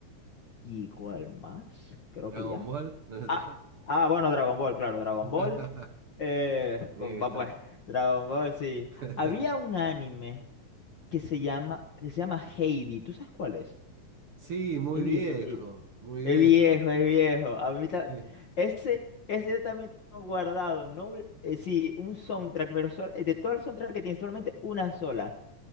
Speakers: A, on the left; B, on the right.
A: ¿Y cuál
B: sí.
A: más? Creo
B: Dragon
A: que ya.
B: Ball, no lo
A: Ah,
B: tenés.
A: ah, bueno, Dragon Ball, claro, Dragon
B: <laughs>
A: Ball. Eh,
B: Tenía
A: co-
B: que
A: va
B: estar.
A: pues, Dragon Ball, sí.
B: <laughs>
A: Había un anime que se llama, se llama Heidi. ¿Tú sabes cuál es?
B: Sí, muy
A: Es
B: viejo,
A: viejo.
B: muy viejo.
A: Es viejo, es viejo. A mí ta-
B: Sí,
A: ese, ese yo también tengo guardado. No, un- eh, sí, un soundtrack, pero sol- de todo el soundtrack que tiene, solamente una sola.